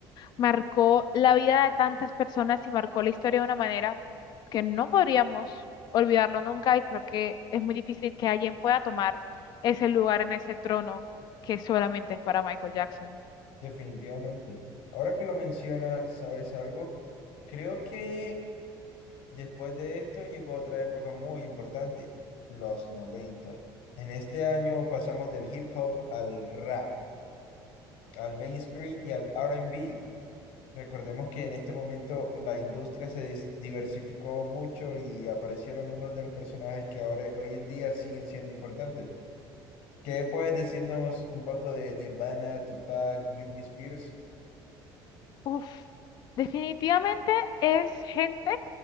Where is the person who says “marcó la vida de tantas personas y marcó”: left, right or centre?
Left